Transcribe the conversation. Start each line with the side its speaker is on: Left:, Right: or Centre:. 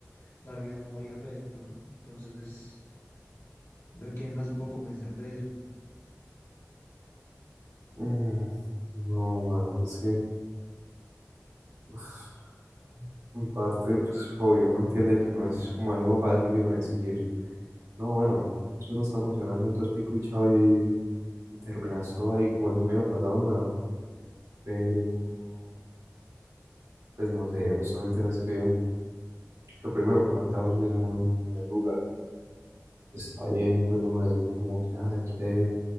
Left: darle amor y afecto, entonces, ¿de quién más puedo convencer de eso?
Right: Mm, No, mano, pues sí, Uf, en parte, pues obvio, uno entiende que no es como algo fácil de uno decir, no, bueno, eso no está funcionando, entonces pico y chao y, y terminas todo ahí como si no hubiera pasado nada. Pero, pues no sé, justamente tienes que, que primero ponerte a vos mismo en primer lugar. Está bien, pues uno decir como que ah, quiere